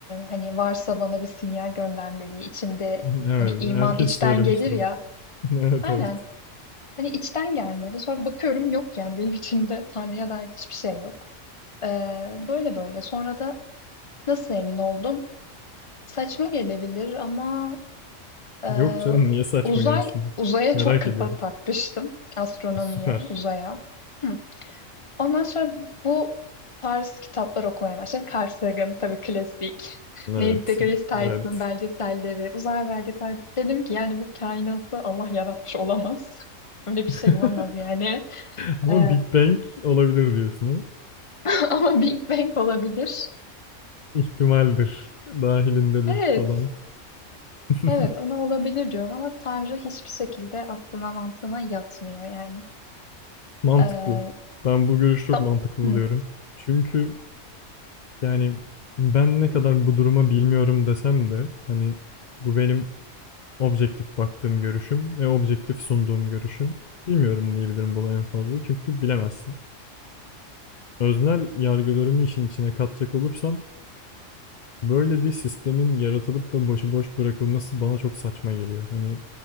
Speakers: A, on the left; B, on the left.
A: hani varsa bana bir sinyal göndermeli. İçimde
B: <laughs> Evet,
A: hani iman
B: herkes
A: içten
B: söylemiştir
A: gelir
B: onu.
A: ya.
B: <laughs> Evet,
A: Aynen.
B: evet.
A: Hani içten gelmedi. Sonra bakıyorum yok yani benim <laughs> içimde Tanrı'ya dair hiçbir şey yok. Ee, böyle böyle. Sonra da nasıl emin oldum? Saçma gelebilir ama Ee,
B: Yok canım, niye saçma
A: uzay
B: gelsin?
A: uzaya
B: Merak
A: çok kafa
B: ediyorum.
A: takmıştım. Astronomiye,
B: Süper.
A: uzaya. Hı. Ondan sonra bu tarz kitaplar okumaya başladım. Carl Sagan tabii klasik. <laughs>
B: Evet,
A: Neil deGrasse Tyson
B: evet.
A: belgeselleri, uzay belgesel. Dedim ki yani bu kainatı Allah yaratmış olamaz. <laughs> Öyle bir
B: <laughs>
A: şey olamaz yani.
B: Ama
A: Ee,
B: Big Bang olabilir diyorsun ha?
A: <laughs> ama Big Bang olabilir.
B: İhtimaldir, dahilindedir
A: Evet.
B: falan. <laughs>
A: Evet ona olabilir diyorum ama Tanrı hiçbir şekilde aklıma mantığıma yatmıyor yani.
B: Mantıklı.
A: Ee,
B: Ben bu görüşü çok
A: da-
B: mantıklı
A: Hı.
B: buluyorum. Çünkü yani ben ne kadar bu duruma bilmiyorum desem de hani bu benim objektif baktığım görüşüm ve objektif sunduğum görüşüm. Bilmiyorum diyebilirim buna en fazla çünkü bilemezsin. Öznel yargılarımı işin içine katacak olursam böyle bir sistemin yaratılıp da başıboş bırakılması bana çok saçma geliyor. Hani